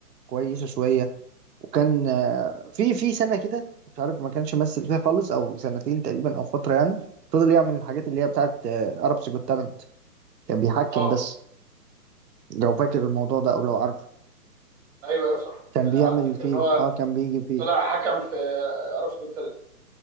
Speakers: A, on the right; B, on the right.
A: كويسه شويه وكان آه، في في سنه كده مش عارف ما كانش ممثل فيها خالص او سنتين تقريبا او فتره يعني فضل يعمل الحاجات اللي هي بتاعت ارابس جوت تالنت كان بيحكم
B: اه
A: بس لو فاكر الموضوع ده او لو عارفه
B: ايوه ايوه صح
A: كان
B: انا
A: بيعمل
B: فاكر
A: فيه
B: ان هو
A: اه كان بيجي فيه
B: طلع حكم في عرب سعود سنه